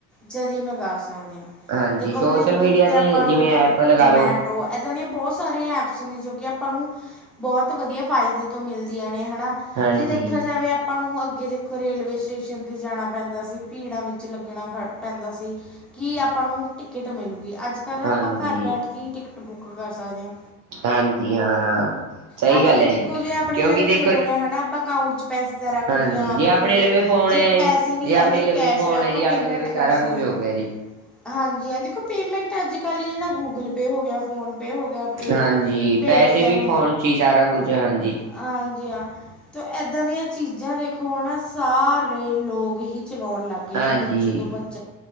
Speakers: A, in the centre; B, on the right.
A: ਜਦੀ ਮੰਗਾ ਸਕਦੇ ਹਾਂ
B: ਹਾਂਜੀ
A: ਦੇਖੋ
B: ਸੋਸ਼ਲ
A: ਬਲਿੰਕਡ
B: ਮੀਡੀਆ
A: ਤੇ
B: ਦੇ
A: ਆਪਾਂ
B: ਜਿਵੇਂ
A: ਨੂੰ
B: ਐਪ ਲਗਾ
A: ਜਮੈਟ।
B: ਲਓ
A: ਟੋ ਏਦਾਂ ਦੀਆਂ ਬਹੁਤ ਸਾਰੀਆਂ ਐਪਸ ਨੇ ਜੋ ਕਿ ਆਪਾਂ ਨੂੰ। ਬਹੁਤ ਵਧੀਆ ਫਾਇਦੇ ਤੋਂ ਮਿਲਦੀਆਂ ਨੇ ਹਨਾ
B: ਹਾਂਜੀ
A: ਜੇ ਦੇਖਿਆ ਜਾਵੇ। ਆਪਾਂ ਨੂੰ ਅੱਗੇ ਦੇਖੋ ਰੇਲਵੇ ਸਟੇਸ਼ਨ ਤੇ ਜਾਣਾ ਪੈਂਦਾ ਸੀ ਭੀੜਾਂ ਵਿੱਚ ਲੱਗਣਾ ਖੜ। ਪੈਂਦਾ ਸੀ ਕਿ ਆਪਾਂ ਨੂੰ ਟਿਕਟ ਮਿਲੂਗੀ ਅੱਜ ਕੱਲ ਆਪਾਂ
B: ਹਾਂਜੀ
A: ਘਰ ਬੈਠ ਕੇ ਹੀ ਟਿਕਟ ਬੁੱਕ। ਬੁੱਕ ਕਰ ਸਕਦੇ ਆ।
B: ਹਾਂਜੀ ਹਾਂ। ਸਹੀ
A: ਹਾਂਜੀ-
B: ਗੱਲ
A: ਹਾਂਜੀ
B: ਹੈ ਜੀ
A: ਦੇਖੋ ਜੇ ਆਪਣੇ
B: ਕਿਉਂਕਿ
A: ਲਵੇ
B: ਦੇਖੋ
A: ਫੋਨ
B: ਜੀ
A: ਹੈ ਹਨਾ ਆਪਾਂ ਅਕਾਊਂਟ 'ਚ ਪੈਸੇ ਤਾਂ ਰੱਖਦੀਆ
B: ਹਾਂਜੀ
A: ਆਪਣੇ
B: ਜੇ
A: ਲਵੇ।
B: ਫੋਨ
A: ਜੇ
B: ਹੈ
A: ਪੈਸੇ
B: ਜੀ
A: ਨੀ
B: ਜੇ
A: ਹੈਗੇ
B: ਆਪਣੇ ਲਵੇ
A: ਕੈਸ਼
B: ਫੋਨ ਹੈ
A: ਆਪਾਂ
B: ਜੀ ਆਪਣੇ
A: ਪੇਮੈਂਟ
B: ਲਵੇ
A: ਕਰ
B: ਸਾਰਾ
A: ਸਕਦੇ
B: ਕੁਝ ਹੋ
A: ਹਾਂ
B: ਗਿਆ ਜੀ
A: ਹਾਂਜੀ ਹਾ ਦੇਖੋ। ਪੇਮੈਂਟ ਅੱਜ ਕੱਲ੍ਹ ਜਿਹੜਾ ਗੂਗਲ- ਪੇ ਹੋ ਗਿਆ ਫੋਨ- ਪੇ ਹੋ ਗਿਆ।
B: ਹਾਂਜੀ
A: ਪੇਟੀਐੱਮ
B: ਪੈਸੇ ਵੀ ਫੋਨ 'ਚ ਹੀ ਸਾਰਾ ਕੁਝ ਹਾਂਜੀ।
A: ਹਾਂਜੀ ਹਾ ਤਾਂ ਇੱਦਾਂ ਦੀਆਂ ਚੀਜ਼ਾਂ ਦੇਖੋ ਹਨਾ ਸਾਰੇ ਲੋਕ ਹੀ। ਚਲਾਉਣ ਲੱਗ ਗਏ
B: ਹਾਂਜੀ
A: ਨੇ ਬੱਚੇ ਤੋਂ ਬ।